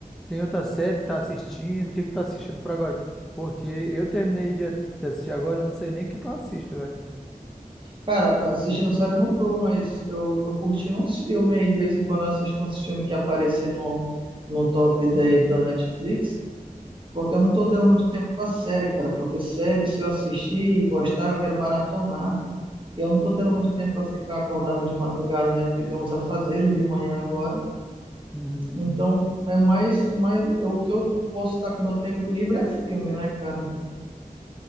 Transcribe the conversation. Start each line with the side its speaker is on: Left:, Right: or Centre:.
Centre: tem outra série que tá assistindo? O que que tá assistindo por agora? Porque eu terminei de de assistir agora, eu não sei nem o que que eu assisto, velho.
Right: Cara, assistindo série eu não tô, mas eu tô curtindo uns filmes aí. De vez em quando eu assisto uns filmes que aparecem no, no top 10 da Netflix. Porque eu não tô tendo muito tempo pra série, cara. Porque série, se eu assistir e gostar, eu quero maratonar. Eu não estou tendo muito tempo para ficar acordado de madrugada, né? Porque tem uns afazeres de manhã agora.
Centre: Uhum.
Right: Então, é mais, mais eu- o que eu posso estar com meu tempo livre é filme, né, cara?